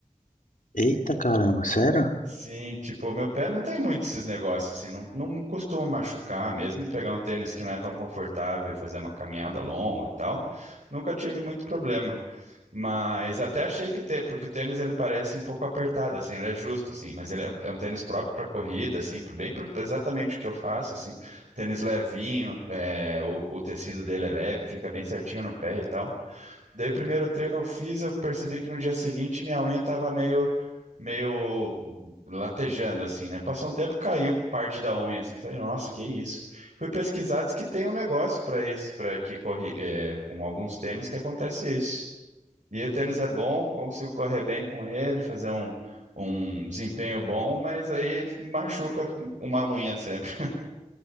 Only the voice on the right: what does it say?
Sim, tipo, meu pé não tem muito esses negócios, assim, não, não costuma machucar, mesmo pegar um tênis que não é tão confortável e fazer uma caminhada longa e tal, nunca tive muito problema. Mas até achei que o tênis, porque o tênis ele parece um pouco apertado, assim, ele é justo, assim, mas ele é, um é um tênis próprio para corrida, assim, pro- bem pro- exatamente o que eu faço, assim, tênis levinho, é, o, o tecido dele é leve, fica bem certinho no pé e tal. Daí o primeiro treino eu fiz, eu percebi que no dia seguinte minha unha tava meio, meio latejando, assim, né? Passou um tempo, caiu parte da unha, assim, falei, nossa, que isso? Fui pesquisar, diz que tem um negócio para esse, para que corre, é, com alguns tênis que acontece isso. E o tênis é bom, consigo correr bem com ele, fazer um, um desempenho bom, mas aí machuca uma unha sempre. <laughs>